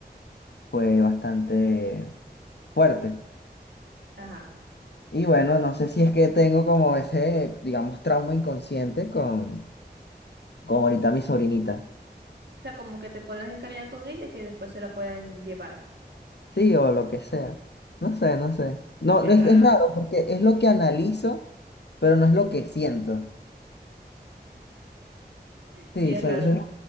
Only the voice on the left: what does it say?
fue bastante fuerte.
Y bueno, no sé si es que tengo como ese, digamos, trauma inconsciente con, con ahorita mi sobrinita.
Sí, o lo que sea. No sé, no sé. No,
no, es,
es raro porque es
lo que analizo, pero no es lo que siento.
Sí,
soy,
soy, mu-